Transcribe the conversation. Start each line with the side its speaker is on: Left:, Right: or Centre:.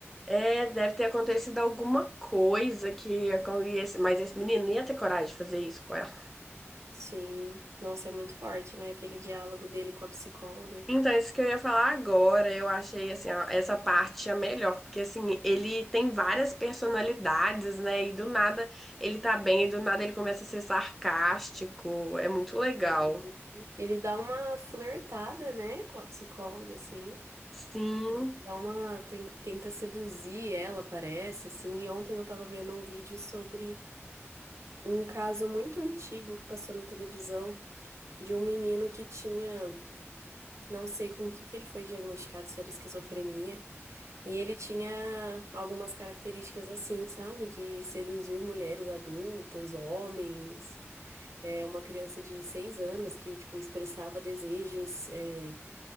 Centre: É, deve ter acontecido alguma coisa que. acon- e esse- Mas esse menino não ia ter coragem de fazer isso com ela.
Right: Sim, nossa, é muito forte, né? Aquele diálogo dele com a psicóloga.
Centre: Então, é isso que eu ia falar agora, eu achei assim, ó, essa parte a melhor, porque assim, ele tem várias personalidades, né? E do nada ele tá bem, e do nada ele começa a ser sarcástico. É muito legal.
Right: Ele ele dá uma flertada, né, com a psicóloga, assim.
Centre: Sim,
Right: É, Dá uma, ten- tenta seduzir ela, parece, assim. E ontem eu tava vendo um vídeo sobre um caso muito antigo que passou na televisão de um menino que tinha, não sei com o que que ele foi diagnosticado, se era esquizofrenia, e ele tinha algumas características assim, sabe? De seduzir mulheres adultas, homens. É uma criança de seis anos que, tipo, expressava desejos, é,